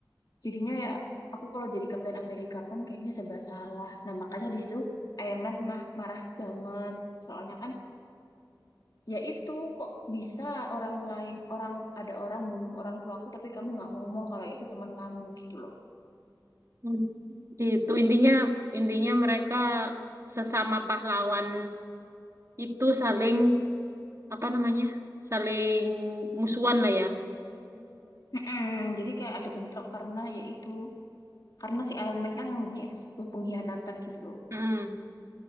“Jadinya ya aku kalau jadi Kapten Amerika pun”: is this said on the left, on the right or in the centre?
Left